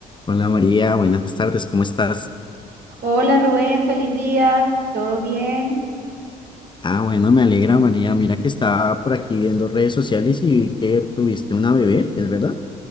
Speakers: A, on the left (about 25°); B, on the right (about 60°).
A: Hola María, buenas tardes, ¿cómo estás?
B: Hola Rubén, feliz día. ¿Todo bien?
A: Ah, bueno, me alegra María, mira que estaba por aquí viendo redes sociales y vi que tuviste una bebé, ¿es verdad?